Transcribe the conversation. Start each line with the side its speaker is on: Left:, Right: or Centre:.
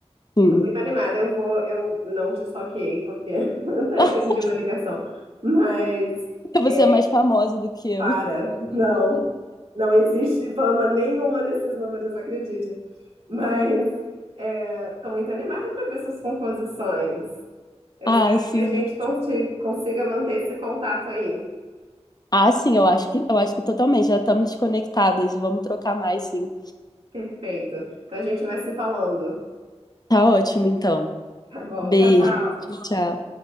Left: Sim.
Right: Eu tô muito animada. Eu vou, eu não te stalkeei porque <laughs> eu
Left: <laughs>
Right: atendi uma ligação, mas
Left: Você
Right: é,
Left: é mais famosa do que eu.
Right: para, não, não existe fama nenhuma nesses números, acredite. Mas é, tô muito animada para ver suas composições. Eu
Left: Ah,
Right: espero
Left: sim.
Right: que a gente conti- consiga manter esse contato aí.
Left: Ah, sim, eu acho que, eu acho que totalmente. Já estamos conectadas. Vamos trocar mais, sim.
Right: Perfeito. Então a gente vai se falando,
Left: Tá ótimo, então.
Right: tá bom?
Left: Beijo.
Right: Tchau, tchau.
Left: Tchau, tchau.